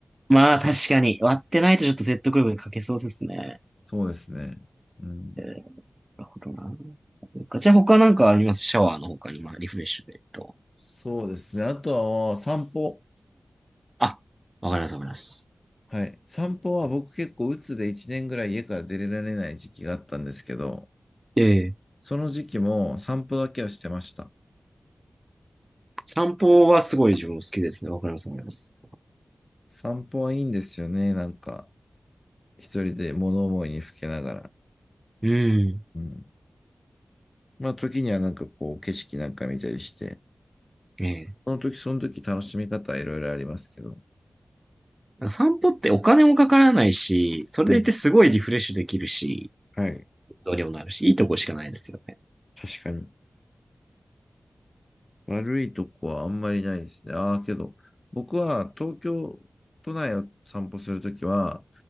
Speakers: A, on the right (about 20°); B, on the left (about 30°).
A: まあ確かに、割ってないとちょっと説得力に欠けそうですね。
B: そうですね。うん。
A: えーなるほどな。じゃあ他なんかありますシャワーの他に、まあリフレッシュでと。
B: そうですね。あとは散歩。
A: あ、わかりますわかります。
B: はい。散歩は僕結構鬱で1年ぐらい家から出られない時期があったんですけど、
A: ええ
B: その時期も散歩だけはしてました。
A: 散歩はすごい自分も好きですね。わかりますわかります。
B: 散歩はいいんですよね。なんか、一人で物思いにふけながら。
A: うん。
B: うんまあ、時にはなんかこう、景色なんか見たりして、
A: ええ
B: その時その時楽しみ方はいろいろありますけど。
A: なんか散歩ってお金もかからないし、それでいてすごいリフレッシュできるし、
B: うん。はい。
A: どうにもなるし、いいとこしかないですよ。
B: 確かに。悪いとこはあんまりないですね。ああ、けど、僕は東京都内を散歩するときは、